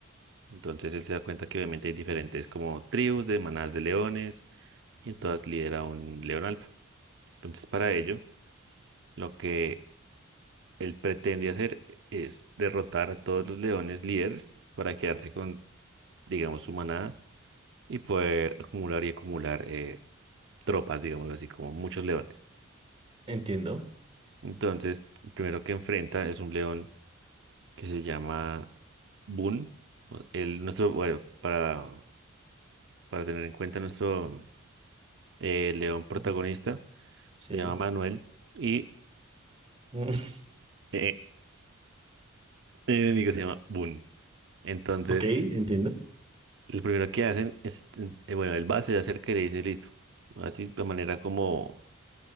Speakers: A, on the right; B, on the right.
A: Entonces él se da cuenta que obviamente hay diferentes como tribus de manadas de leones y en todas lidera un león alfa. Entonces para ello, lo que él pretende hacer es derrotar a todos los leones líderes para quedarse con digamos, su manada y poder acumular y acumular eh, tropas, digamos así, como muchos leones.
B: Entiendo.
A: Entonces, el primero que enfrenta es un león que se llama Boone. O- El, nuestro, bueno, para, para tener en cuenta nuestro eh, león protagonista,
B: Ujú. Sí.
A: se llama Manuel y
B: Mm, <laughs>
A: eh, el enemigo se llama Boone. Entonces,
B: Ok, entiendo.
A: lo primero que hacen es, eh, bueno, el base se acerca y le dice, listo, así de manera como